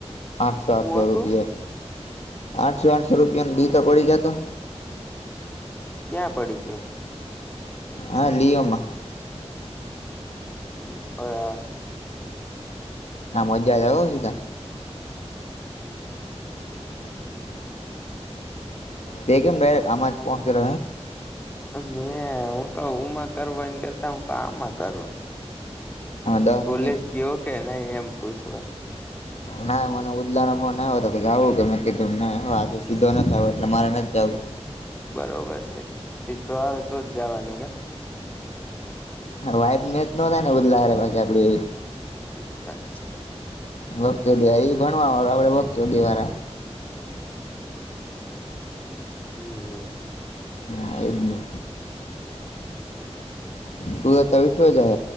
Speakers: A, on the left; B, on the left.
A: આઠસો આઠસો
B: હું હતું
A: રૂપિયા આઠસો આઠસો રૂપિયા દી તો પડી જતો
B: ક્યાં પડી ગયો
A: હા લીવમમા
B: હ હ
A: હ મજા જ સીધા
B: હમ
A: તેખમ ડરેક્ટ આમાંમાચ ફોન કર
B: મેં હું ક હમાં કર એને કરતા હું ક આમાં કરું
A: આમાં દહ
B: કોલેજ
A: મિનિટ
B: ગયો કે નહી એમ પૂછવા
A: ના મને ઉદલા નો ફોન આવ્યો હતો કે જાવું કે મેં કીધુંમ ના હ આજે સીધો નથી આવ્યો એટલે મારે નથી જવું
B: બરોબર છે સીધો આવે તો જ જવાનું કે
A: વાઈબ મેચ ન થાય ને બદલા હ પાછી આપડી એવી
B: એ વા છે
A: ભગચો દિવારી એ ભણવા વાળ આપડે ભગચો દિવાળ
B: હમ
A: હમ તું તવિષો જ હ